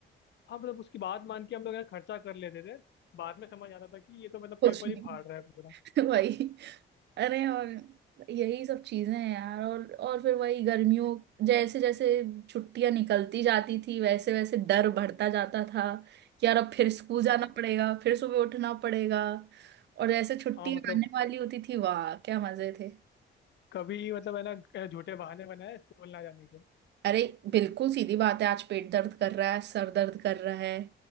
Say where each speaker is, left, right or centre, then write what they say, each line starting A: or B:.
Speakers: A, on the left; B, on the right.
A: हाँ मतलब उसकी बात मान के हम लोग है ना खर्चा कर लेते थे बाद में समझ आता था कि ये तो मतलब
B: कुछ
A: पेपर
B: नहीं
A: ही फाड़ रहा है पूरा
B: <laughs> वही अरे और यही सब चीजें हैं यार और और फिर वही गर्मियों जैसे जैसे छुट्टियां निकलती जाती थी वैसे वैसे डर बढ़ता जाता था कि यार अब फिर स्कूल
A: हाँ
B: जाना पड़ेगा फिर सुबह उठना पड़ेगा और जैसे छुट्टियां
A: हाँ, मतलब
B: आने वाली होती थी वाह क्या मजे थे
A: कभी मतलब है ना अ, झूठे बहाने बनाए स्कूल ना जाने के
B: अरे बिल्कुल सीधी बात है आज पेट दर्द कर रहा है सर दर्द कर रहा है